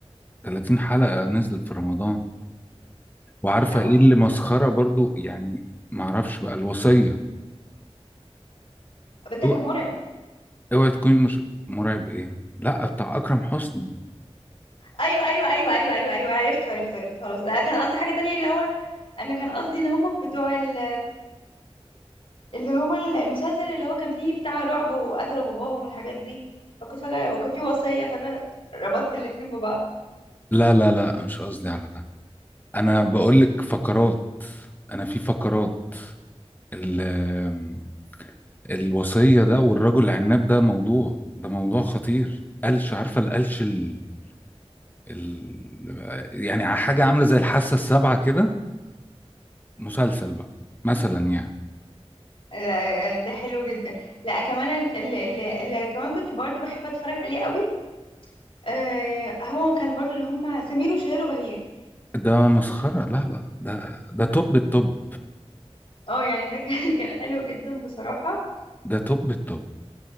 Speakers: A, on the left; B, on the left.
A: 30 حلقة نزلت في رمضان وعارفة
B: لا
A: ايه
B: ما اتفرج-
A: اللي مسخرة برضو يعني معرفش بقى الوصية
B: بس ده
A: اوعى
B: كان مرعب
A: اوعي تكوني مش مرعب ايه لا بتاع اكرم حسني
B: ايوه ايوه ايوه ايوه ايوه ايوه عرفت عرفت عرفت خلاص لا كان قصدي حاجه تانية اللي هو انا كان قصدي ان هم بتوع ال... اللي هو المسلسل اللي هو كان فيه بتاع رعب وقتلوا باباهم والحاجات دي فكنت فجاه وكان فيه وصيه فانا ربطت الاتنين ببعض
A: لا لا لا مش قصدي على ده انا بقول لك فقرات انا في فقرات ال- آم، الوصية ده والرجل العناب ده موضوع ده موضوع خطير قلش عارفة القلش ال- ال... يعني حاجة عاملة زي الحاسة السابعة كده مسلسل بقى مثلا يعني
B: لا، ده حلو جدا لا كمان اللي, اللي, اللي كمان كنت برضو بحب اتفرج عليه قوي آه هو كان برضو اللي هم سمير وشهير وبهير
A: ده مسخرة لا لا ده ده توب التوب
B: اه يعني ده كان <laughs> كان حلو جدا بصراحة
A: ده توب التوب